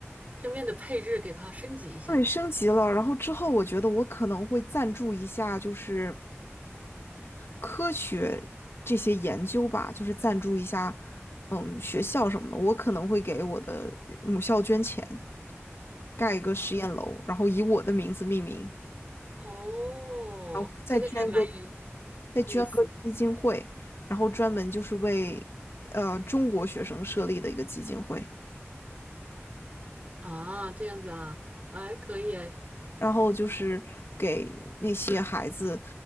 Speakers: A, on the right; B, on the left.
A: 身边的配置给它升级一下。
B: 对升级了，然后之后我觉得我可能会赞助一下，就是。科学这些研究吧，就是赞助一下，嗯，学校什么的，我可能会给我的母校捐钱，盖一个实验楼，然后以我的名字命名，
A: 哦，
B: 然后再捐个
A: 这个还蛮有
B: 再捐个基金会，
A: 意思。
B: 然后专门就是为呃中国学生设立的一个基金会。
A: 啊，这样子啊，哎，可以哎，
B: 然后就是给那些孩子，